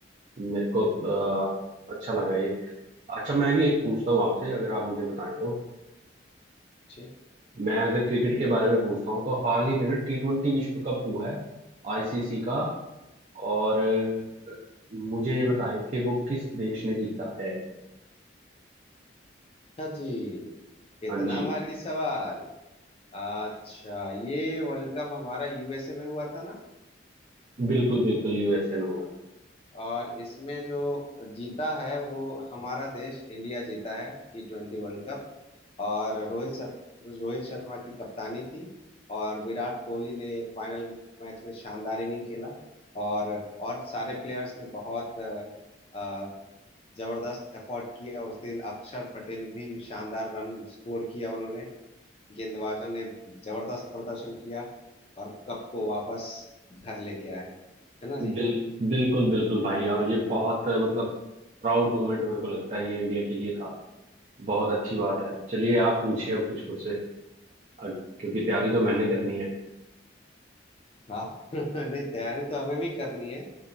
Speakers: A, on the right; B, on the left.
A: मेरे को अ, अच्छा लगा ये अच्छा मैं भी एक पूछता हूँ आपसे अगर आप मुझे बताएं तो
B: अच्छे
A: मैं अगर क्रिकेट के बारे में पूछता हूँ तो हाल ही में ना टी ट्वेंटी विश्व कप हुआ है आईसीसी का और अ, मुझे ये बताएं कि वो किस देश ने जीता है
B: अच्छा जी इतना
A: हाँ जी
B: भारी सवाल अच्छा ये वर्ल्ड कप हमारा यूएसए में हुआ था ना
A: बिल्कुल बिल्कुल यूएसए में हुआ
B: और इसमें जो जीता है वो हमारा देश इंडिया जीता है टी ट्वेंटी वर्ल्ड कप और रोहित शत- रोहित शर्मा की कप्तानी थी और विराट कोहली ने फाइनल मैच में शानदार इनिंग खेला और और सारे प्लेयर्स ने बहुत अ, अ, जबरदस्त एफर्ट किया उस दिन अक्षर पटेल भी शानदार रन स्कोर किया उन्होंने गेंदबाजों ने जबरदस्त प्रदर्शन किया और कप को वापस घर लेके आए है ना जी
A: बिल बिल्कुल बिल्कुल भाई और ये बहुत मतलब प्राउड मोमेंट मेरे को लगता है ये इंडिया के लिए था बहुत अच्छी बात है चलिए आप पूछिए अब कुछ मुझसे अ- क्योंकि तैयारी तो मैंने करनी है
B: हाँ <laughs> नहीं तैयारी तो हमें भी करनी है